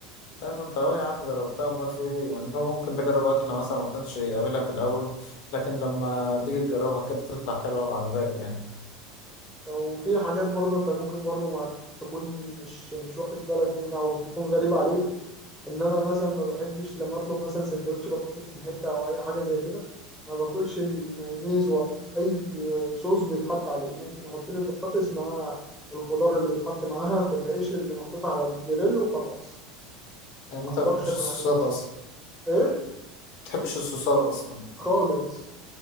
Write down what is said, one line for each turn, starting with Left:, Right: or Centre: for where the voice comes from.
Left: طيب أنت أهو يا عم جربتها أمال في إيه يعني أنت ممكن تجرب أكل مثلا ما كنتش قابلها في الأول لكن لما تيجي تجربها كده تطلع حلوة وعجباك يعني
Centre: وفي حاجات برضه انت ممكن برضه ما تكون مش مش واخد بالك منها او تكون غريبة عليك ان انا مثلا ما بحبش لما اطلب مثلا سندوتش بطاطس من حتة او اي حاجة زي كده ما باكلش المايونيز ولا اي صوص بيتحط عليه ممكن يحط لي البطاطس مع الخضار اللي بيتحط معاها في العيش اللي محطوط على الجريل وخلاص
Left: يعني
Centre: ما
Left: أنت
Centre: اقدرش
Left: ما بتحبش
Centre: اكل
Left: الصوصات
Centre: حاجة تانية
Left: أصلا ما
Centre: ايه
Left: بتحبش الصوصات أصلا
Centre: خالص